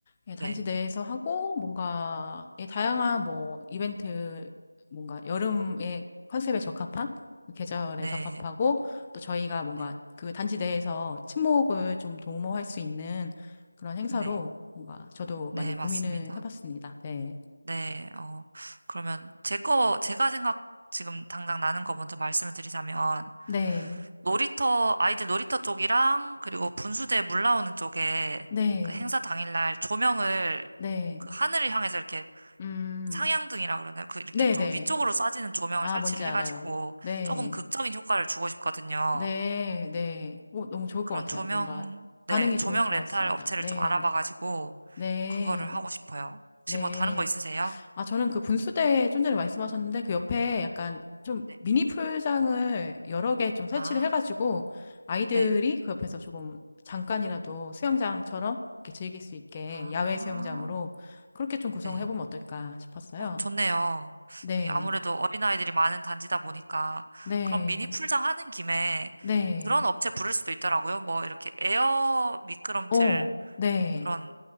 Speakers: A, on the left; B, on the right.
A: 예, 단지
B: 네,
A: 내에서 하고 뭔가 예, 다양한 뭐 이벤트 뭔가 여름의 컨셉에 적합한 계절에
B: 네,
A: 적합하고 또 저희가 뭔가
B: 네,
A: 그 단지 내에서 친목을 좀 도모할 수 있는 그런 행사로
B: 네,
A: 뭔가 저도
B: 네,
A: 많이 고민을
B: 맞습니다.
A: 해봤습니다. 네,
B: 네, 어, 그러면 제 거, 제가 생각 지금 당장 나는 거 먼저 말씀을 드리자면, 네.
A: 네,
B: 놀이터, 아이들 놀이터 쪽이랑, 그리고 분수대 물 나오는 쪽에
A: 네,
B: 그 행사 당일날 조명을
A: 네,
B: 그 하늘을 향해서 이렇게
A: 음,
B: 상향등이라 그러나요? 그 이렇게
A: 네,
B: 좀
A: 네,
B: 위쪽으로 쏴지는 조명을
A: 아
B: 설치를
A: 뭔지 알아요.
B: 해가지고
A: 네.
B: 조금 극적인 효과를 주고 싶거든요.
A: 네, 네. 오, 너무 좋을 것
B: 그런
A: 같아요.
B: 조명,
A: 뭔가 반응이
B: 네, 조명
A: 좋을 것
B: 렌탈
A: 같습니다.
B: 업체를
A: 네,
B: 좀 알아봐가지고
A: 네,
B: 그거를 하고 싶어요. 혹시
A: 네.
B: 뭐 다른 거 있으세요?
A: 아, 저는 그 분수대 좀 전에 말씀하셨는데 그 옆에 약간 좀
B: 네.
A: 미니 풀장을 여러 개 좀 설치를
B: 아,
A: 해가지고 아이들이
B: 네.
A: 그 옆에서 조금 잠깐이라도 수영장처럼 이렇게 즐길 수 있게
B: 아,
A: 야외 수영장으로 그렇게 좀 구성을
B: 네.
A: 해보면 어떨까 싶었어요.
B: 어, 좋네요.
A: 네,
B: 여기 아무래도 어린아이들이 많은 단지다 보니까,
A: 네,
B: 그럼 미니 풀장 하는 김에
A: 네.
B: 그런 업체 부를 수도 있더라고요. 뭐, 이렇게 에어 미끄럼틀
A: 어, 네.
B: 그런,